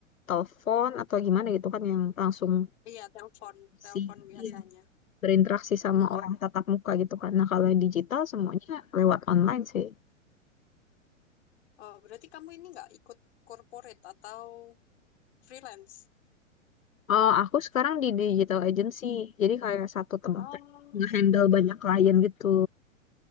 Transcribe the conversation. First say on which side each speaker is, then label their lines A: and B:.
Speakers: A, on the left; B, on the left.
A: telepon, atau gimana gitu kan yang langsung
B: Iya, telepon, telepon
A: si,
B: biasanya.
A: iya, berinteraksi sama
B: Mm-mm,
A: orang tatap muka gitu kan. Nah, kalau yang digital semuanya
B: betul.
A: lewat online sih.
B: Oh, berarti kamu ini nggak ikut corporate atau freelance?
A: Eh, aku sekarang di digital agency, jadi kayak satu tempat
B: Oh,
A: nge-handle
B: iya
A: banyak
B: iya iya.
A: klien gitu.